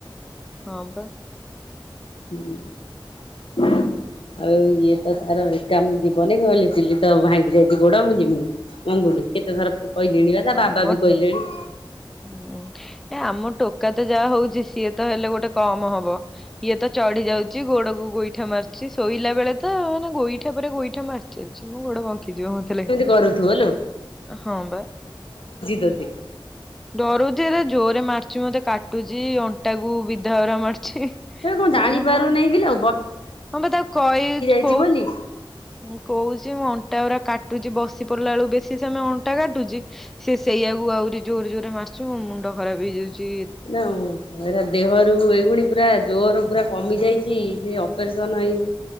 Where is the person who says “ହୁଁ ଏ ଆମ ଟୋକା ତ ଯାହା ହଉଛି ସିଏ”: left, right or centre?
Centre